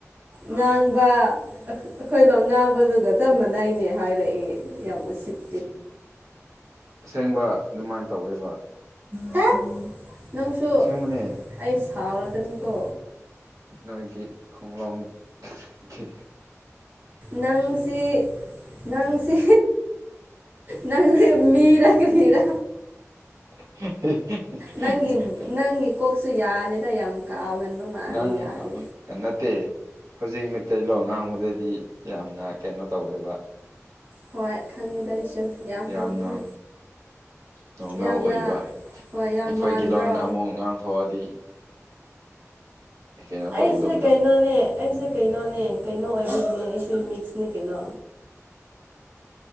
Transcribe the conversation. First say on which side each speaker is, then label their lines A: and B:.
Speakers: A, on the right; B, on the right.
A: ꯉꯥꯡꯕ ꯑꯩꯈ ꯑꯩꯈꯣꯏ ꯂꯣꯟ ꯉꯥꯡꯕꯗꯨꯒ ꯆꯞ ꯃꯥꯟꯅꯩꯅꯦ ꯍꯥꯏꯔꯛꯑꯦ ꯌꯥꯝ ꯎꯁꯤꯠ
B: ꯎꯝ ꯑꯁꯦꯡꯕ ꯑꯗꯨꯃꯥꯏꯅ ꯇꯧꯋꯦꯕ
A: ꯇꯠ ꯅꯪꯁꯨ
B: ꯑꯁꯦꯡꯕꯅꯦ
A: ꯑꯩ ꯁꯥꯎꯔꯛꯀꯅꯤꯀꯣ
B: ꯅꯣꯏꯒꯤ ꯈꯨꯡꯒꯡꯒꯤ
A: ꯅꯪꯁꯤ ꯅꯪꯁꯤ ꯅꯪꯁꯦ ꯃꯤꯔ ꯀꯔꯤꯔꯥ
B: <unintelligible>
A: ꯅꯪꯒꯤ ꯅꯪꯒꯤ ꯀꯣꯛꯁꯨ ꯌꯥꯗꯦꯗ ꯌꯥꯝ ꯀꯥꯎꯒꯟꯕ ꯃꯥꯜꯂꯦ
B: ꯅꯪ
A: ꯌꯥꯗꯦ
B: ꯅꯠꯇꯦ ꯍꯧꯖꯤꯛ ꯃꯩꯇꯩꯂꯣꯟ ꯉꯥꯡꯕꯗꯗꯤ ꯌꯥꯝꯅ ꯀꯩꯅꯣ ꯇꯧꯋꯦꯕ
A: ꯍꯣꯏ ꯈꯪꯉꯦꯗꯥ ꯚꯩꯁꯨ ꯌꯥꯝ
B: ꯌꯥꯝꯅ
A: ꯍꯩꯕꯅꯦ
B: ꯅꯣꯔꯃꯦꯜ
A: ꯌꯥꯝꯅ
B: ꯑꯣꯏꯕ
A: ꯍꯣꯏ ꯌꯥꯝ
B: ꯑꯩꯈꯣꯏꯒꯤ
A: ꯃꯥꯟꯕ꯭ꯔꯣ
B: ꯂꯣꯟꯅ ꯑꯃꯨꯛ ꯉꯥꯡꯊꯣꯛꯑꯗꯤ <inaudible> ꯀꯩꯅꯣ ꯇꯧꯒꯗꯕꯗꯣ
A: ꯑꯩꯁꯦ ꯀꯩꯅꯣꯅꯦ ꯑꯩꯁꯦ ꯀꯩꯅꯣꯅꯦ ꯀꯩꯅꯣ ꯑꯣꯏꯕꯅꯦ ꯑꯩꯁꯦ ꯃꯤꯛꯁꯅꯦ ꯀꯩꯅꯣ